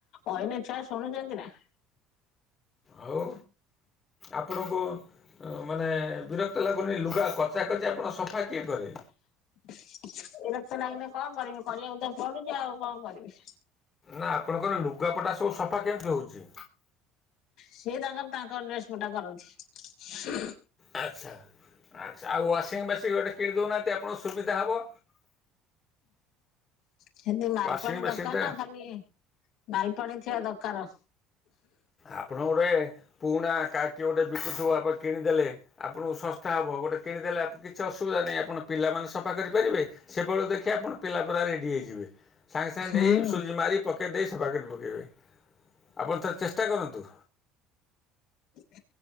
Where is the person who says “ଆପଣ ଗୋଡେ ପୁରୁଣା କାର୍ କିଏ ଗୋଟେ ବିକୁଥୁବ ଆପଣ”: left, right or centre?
Left